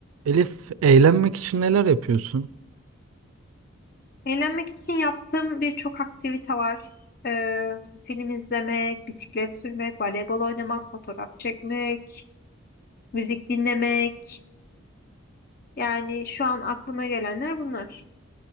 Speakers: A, on the right; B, on the left.
A: Elif, eğlenmek için neler yapıyorsun?
B: Eğlenmek için yaptığım birçok aktivite var. Ee, film izlemek, bisiklet sürmek, voleybol oynamak, fotoğraf çekmek, müzik dinlemek. Yani şu an aklıma gelenler bunlar.